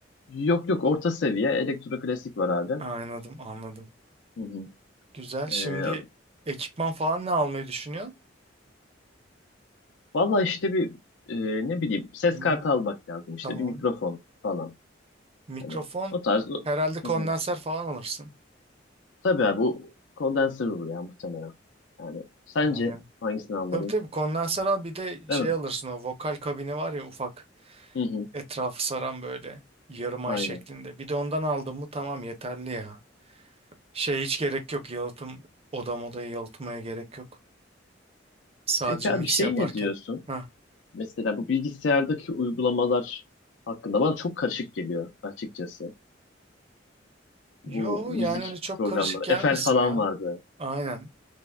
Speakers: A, on the left; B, on the right.
A: Yok yok orta seviye elektro klasik var abi.
B: Anladım, anladım.
A: Hı
B: Güzel.
A: hı.
B: Şimdi ekipman falan ne almayı düşünüyorsun?
A: Valla işte bir e, ne bileyim ses
B: Hmm,
A: kartı almak lazım işte
B: tamam.
A: bir mikrofon falan.
B: Mikrofon
A: Hani o tarz. o-
B: herhalde kondenser
A: Hı hı.
B: falan alırsın.
A: Tabii abi bu kondenser olur ya muhtemelen. Yani sence
B: Aynen.
A: hangisini almalıyım?
B: Tabii tabii kondenser al bir de
A: Değil
B: şey
A: mi?
B: alırsın o vokal kabini var ya ufak
A: Hı hı.
B: etrafı saran böyle yarım
A: Aynen.
B: ay şeklinde. Bir de ondan aldın mı tamam yeterli ya. Şey hiç gerek yok yalıtım odam odayı yalıtmaya gerek yok. Sadece
A: Peki abi
B: mix
A: şey
B: yaparken.
A: ne diyorsun?
B: Heh.
A: Mesela bu bilgisayardaki uygulamalar hakkında bana çok karışık geliyor açıkçası.
B: Yo
A: Bu müzik
B: yani öyle çok
A: programları.
B: karışık gelmesin
A: Efel falan
B: ya.
A: vardı.
B: Aynen.